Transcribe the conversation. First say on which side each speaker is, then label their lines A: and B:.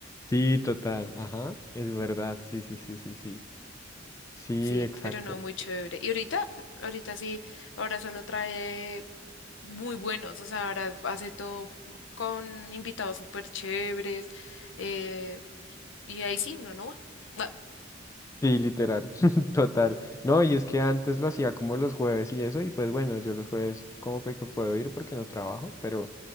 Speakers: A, on the left; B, on the left.
A: Sí, total, ajá, es verdad, sí, sí, sí, sí, sí. Sí,
B: Sí,
A: exacto.
B: pero no muy chévere. Y ahorita, <laughs> ahorita sí, ahora solo trae muy buenos, o sea, ahora hace todo p- con invitados súper chéveres, eh, y ahí sí, uno no va. <laughs>
A: Sí, literal, <laughs> total. No, y es que antes lo hacía como los jueves y eso, y pues bueno, yo los jueves como pe- que puedo ir porque no trabajo, pero